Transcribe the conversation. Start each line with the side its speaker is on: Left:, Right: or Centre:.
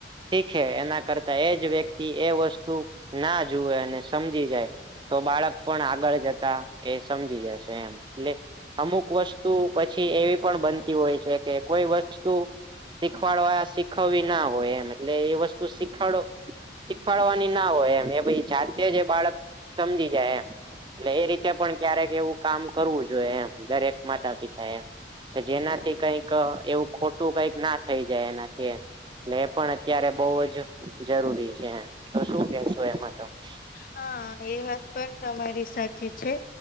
Right: શીખે એના કરતા એજ વ્યક્તિ એ વસ્તુ ના જુવે અને સમજી જાય. તો બાળક પણ આગળ જતા એ સમજી જશે એમ એટલે અમુક વસ્તુ પછી એવી પણ બનતી હોય છે કે કોઈ વસ્તુ શીખવાડવા શીખવવી ના હોય એમ એટલે એ વસ્તુ શીખવાડ શીખવાડવાની ના હોય એમ એ પછી જાતે જ એ બાળક સમજી જાય એમ એટલે એ રીતે પણ ક્યારેક એવું કામ કરવું જોઈએ એમ દરેક માતા પિતા એ કે જેનાથી કઈક એવું ખોટું કંઈક ના થઈ જાય એનાથી એમ. એટલે એ પણ અત્યારે બહુ જ જરૂરી છે તો શું કેશો એમાં? તમે
Left: હા એ વાત પણ તમારી સાચી છે.